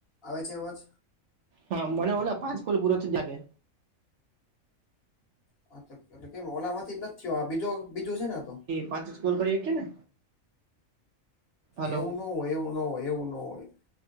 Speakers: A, on the left (about 50°); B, on the right (about 65°).
A: આવે છે અવાજ?
B: હા મને ઓલા પાંચ કોલ પુરા. <unintelligible>
A: હા તે એટલે કેમ ઓલા માંથી નથ થયો, આ બીજો બીજો સે ને આ તો?
B: પાચ જ કોલ કરી હકે ને? હલો
A: એવું નો હોય, એવું નો હોય, એવું નો હોય,